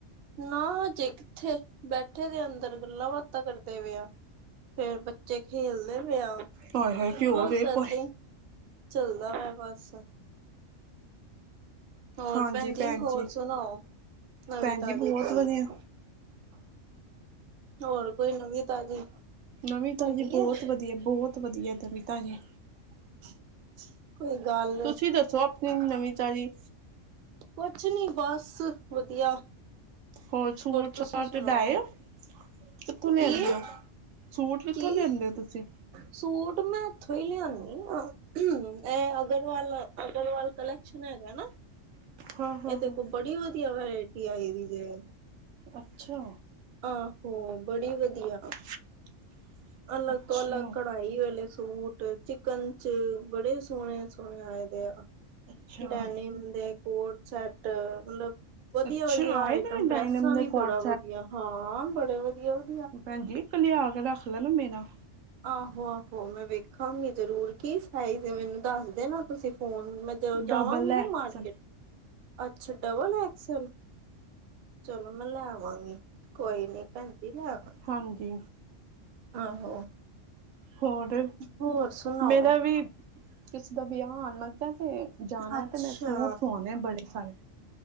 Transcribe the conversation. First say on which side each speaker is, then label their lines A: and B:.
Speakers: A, on the right; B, on the right.
A: ਨਾ ਹਜੇ ਕਿੱਥੇ ਬੈਠੇ ਦੇ ਅੰਦਰ ਗੱਲਾਂ ਬਾਤਾਂ ਕਰਦੇ ਪਏ ਆ। ਫੇਰ ਬੱਚੇ ਖੇਲਦੇ ਪੇ ਆ
B: ਹਾਏ ਹਾਏ ਕੀ ਹੋ
A: ਬੱਸ
B: ਗਏ
A: ਏਦਾਂ
B: ਪਰ
A: ਈ। ਚਲਦਾ ਹੈ ਬਸ। ਹੋਰ
B: ਹਾਂਜੀ
A: ਪੈਣਜੀ
B: ਭੈਣ
A: ਹੋਰ
B: ਜੀ
A: ਸੁਣਾਓ ਨਵੀਂ
B: ਭੈਣ
A: ਤਾਜ਼ੀ
B: ਜੀ ਬਹੁਤ
A: ਕੋਈ।
B: ਵਧੀਆ
A: ਹੋਰ ਕੋਈ ਨਵੀਂ ਤਾਜ਼ੀ
B: ਨਵੀ
A: ਹੈਗੀ
B: ਤਾਜੀ ਬਹੁਤ
A: ਏ
B: ਵਧੀਐ, ਬਹੁਤ ਵਧੀਐ ਨਵੀ ਤਾਜੀ।
A: <unintelligible> ਕੋਈ ਗੱਲ।
B: ਤੁਸੀਂ ਦੱਸੋ ਆਪਣੀ ਨਵੀਂ ਤਾਜ਼ੀ?
A: ਕੁਛ ਨੀ ਬਸ ਵਧੀਆ।
B: ਹੋਰ ਸੂਟ
A: ਤੁਸੀਂ
B: ਸਾਟ
A: ਸੁਣਾਓ?
B: ਲੈ ਆਇਓ। ਕਿੱਥੋਂ ਲਿਆਂਦੇ
A: ਕੀ
B: ਔ, ਸੂਟ ਕਿੱਥੋਂ
A: ਕੀ?
B: ਲਿਆਂਦੇ ਔ ਤੁਸੀਂ?
A: ਸੂਟ ਮੈਂ ਇੱਥੋਂ ਹੀ ਲਯਾਨੀ ਆ। ਹਮ ਇਹ ਅਗਰਵਾਲ- ਅਕਗਰਵਾਲ ਕਲੈਕਸ਼ਨ ਹੈਗਾ ਨਾ
B: ਹਾਂ ਹਾਂ
A: ਏਦੇ
B: ਹਾਂ
A: ਕੋ ਬੜੀ ਵਧੀਆ ਵਰੈਟੀ ਆਈ ਦੀ ਜੇ।
B: ਅੱਛਾ।
A: ਆਹੋ ਬੜੀ ਵਧੀਆ।
B: <unintelligible>
A: ਅਲੱਗ
B: ਅੱਛਾ
A: ਤੋਂ ਅਲੱਗ ਕਢਾਈ ਆਲੇ ਸੂਟ। ਚਿਕਨ ਚ ਬੜੇ ਸੋਹਣੇ- ਸੋਹਣੇ ਆਏ ਦੇ। ਆ
B: ਅੱਛਾ
A: ਡੈਨੀਮ ਦੇ ਕੋਟ ਸੈਟ ਮਤਲਬ ਵਧੀਆ-
B: ਅੱਛਾ
A: ਵਧੀਆ
B: ਆਏ
A: ਆਈਟਮ
B: ਦੇ ਨੇ
A: ਡਰੈਸਾਂ
B: ਡਾਇਨਮ ਦੇ
A: ਵੀ
B: ਕੋਡ
A: ਬੜਾ ਵਧੀਆ। ਹਾਂ ਬੜੇ ਵਧੀਆ ਵਧ
B: ਪੈਣਜੀ ਇਕੱ ਲਿਆ ਕੇ ਰੱਖ ਲੈਣਾ ਮੇਰਾ।
A: ਆਹੋ ਆਹੋ ਮੈਂ ਵੇਖਾਂਗੀ ਜ਼ਰੂਰ ਕੀ ਸਾਈਜ਼ ਏ ਮੈਨੂੰ ਦੱਸ ਦੇ ਨਾ ਤੁਸੀਂ ਫੋਨ ਮੈ ਜਦੋਂ ਜਾਵਾਂਗੀ
B: ਡਬਲ
A: ਨਾ
B: ਐਕਸ
A: ਮਾਰਕੀਟ ਅੱਛਾ! ਡਬਲ ਐਕਸਲ ਚਲੋ ਮੈਂ ਲੈਵਾਂ ਗੀ ਕੋਈ ਨੀ ਪੈਣ ਜੀ ਲੈਵਾ
B: ਹਾਂਜੀ।
A: ਆਹੋ।
B: ਹੋਰ
A: ਹੋਰ ਸੁਣਾਓ
B: ਮੇਰਾ ਵੀ ਕਿਸੇ ਦਾ ਵਿਆਹ ਆਨ ਲੱਗਾ ਤੇ ਜਾਣਾ
A: ਅੱਛਾ
B: ਤੇ ਮੈਂ ਸੂਟ ਸਵਾਣੇ ਬੜੇ ਸਾਰੇ